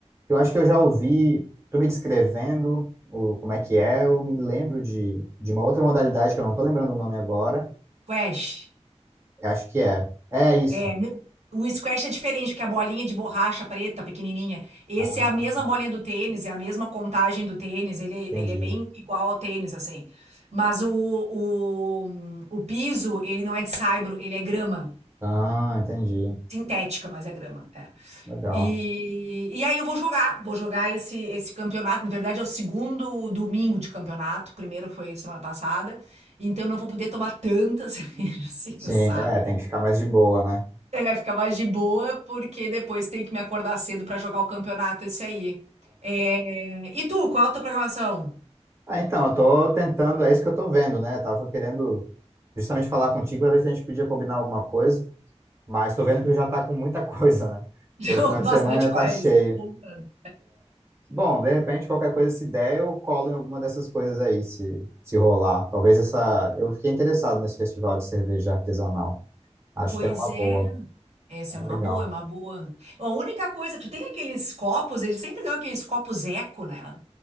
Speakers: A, on the right (about 20°); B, on the right (about 75°).
A: Eu acho que eu já ouvi, tu me descrevendo o, como é que é, eu me lembro de, de uma outra modalidade que eu não tô lembrando o nome agora.
B: Squash.
A: Eu acho que é. É isso.
B: É, n- o squash é diferente, porque a bolinha de borracha preta, pequenininha, esse
A: Ah,
B: é a mesma bolinha do tênis, é a mesma contagem do tênis, ele,
A: entendi.
B: ele é bem igual ao tênis, assim. Mas o, o, o piso, ele não é de saibro, ele é grama.
A: Ah, entendi.
B: Sintética, mas é grama. É.
A: Legal.
B: E, e aí eu vou jogar, vou jogar esse, esse campeonato. Na verdade, é o segundo domingo de campeonato, o primeiro foi semana passada, então eu não vou poder tomar tanta <laughs> cerveja assim
A: Sim,
B: no sábado.
A: é, tem que ficar mais de boa, né?
B: É, fica mais de boa, porque depois tem que me acordar cedo pra jogar o campeonato esse aí. É, E tu, qual é a tua programação?
A: Ah, então, eu tô tentando, é isso que eu tô vendo, né? Eu tava querendo justamente falar contigo para ver se a gente podia combinar alguma coisa, mas tô vendo que tu já tá com muita <laughs> coisa, né?
B: <laughs> Jogo
A: Teu final de
B: bastante
A: semana
B: coisa.
A: tá cheio.
B: Bombando.
A: Bom, de repente, qualquer coisa, se der, eu colo em alguma dessas coisas aí, se, se rolar. Talvez essa. Eu fiquei interessado nesse festival de cerveja artesanal. Acho
B: Pois
A: que é uma
B: é.
A: boa,
B: Essa
A: é
B: é uma
A: legal.
B: boa, é uma boa. A única coisa, tu tem aqueles copos, eles sempre dão aqueles copos eco, né?